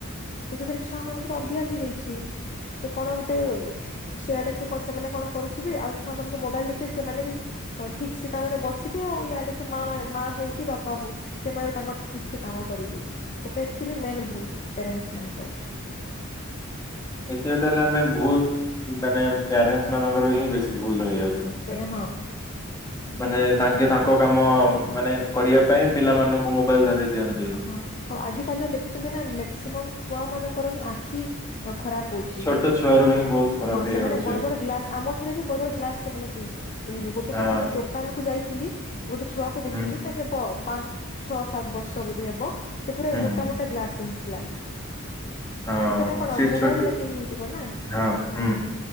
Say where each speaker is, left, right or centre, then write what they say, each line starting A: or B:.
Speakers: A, on the left; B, on the left.
A: ତ ସେଥିରେ ଛୁଆ ମାନଙ୍କର ସେଇଟା ଅଭ୍ୟାସ ହେଇଯାଇଛି। ତ କଣ ଗୋଟେ ସିଆଡେ ସେ ସେମାନେ କଣ କରୁିବେ ଆଉ ଛୁଆ ମାନଙ୍କୁ ମୋବାଇଲ୍ ଦେଖିଲେ ସେମାନେ ବି ଠିକ୍ସେ ତାମାନେ ବସିବେ ଆଉ, ଇଆଡେ ତ ମା ମାନେ ମା ହଉ କି ବାପା ହଉ ସେମାନେ ବି ତାଙ୍କର ଠିକ୍ସେ କାମ କରିବେ। ସେଇଟା ଆକଚୁଆଲି ମେନ୍ ଭୁଲ ପ୍ୟାରେଣ୍ଟସ୍ ମାନଙ୍କର।
B: ଏଥିରେ ତାହେଲେ ଆମେ ଭୁଲ୍ ମାନେ ପ୍ୟାରେଣ୍ଟସ୍ ମାନଙ୍କର ହିଁ ବେଶୀ ଭୁଲ୍ ରହିଯାଉଛି,
A: ତେରେ ହଁ
B: ମାନେ ତାଙ୍କେ ତାଙ୍କ କାମ ମାନେ କରିବା ପାଇଁ ପିଲମାନଙ୍କୁ ମୋବାଇଲ୍ ଧରେଇ ଦିଅନ୍ତି।
A: ହଁ ଆଉ ଆଜି କାଲିର ଦେଖୁଛନ୍ତି ନା ମେକ୍ସିମମ୍ ଛୁଆ ମାନଙ୍କର ହିଁ ଆଖି ଖରାପ୍ ହଉଛି।
B: ଛୋଟ ଛୁଆରୁ ହିଁ ବହୁତ ଖରାପ
A: ହଁ ସେମାନେ
B: ହେଇଯାଉଛି
A: ବଡ୍-ବଡ୍ ଗ୍ଲାସ୍ ଆମ ଠାରୁ ବି ବଡ୍-ବଡ୍ ଗ୍ଲାସ ସେମାନେ ପିଉ <unintelligible> ଗୋଟେ
B: ହଁ
A: ଦିନ ମୁଁ ଦୋ ଦୋକାନକୁୁ ଯାଇଥିଲି ଗୋଟେ ଛୁଆକୁ ଦେଖିଲି
B: ହୁଁ
A: ତ ହେବ ପାଞ୍ଚ ଛଅ ସାତ ବର୍ଷ ବୋଧ ହେବ ସେ ପୁରା
B: ହୁଁ।
A: ମୋଟା-ମୋଟା ଗ୍ଲାସ୍ ପିନ୍ଧିଥିଲା। ତ
B: ହଁ
A: ସେଇଟା କଣ
B: ସେ
A: ମୋବାଇଲ୍
B: ଛୋଟ
A: ଲାଗି ହେଇଥିବ ନା।
B: ହଁ ହୁଁ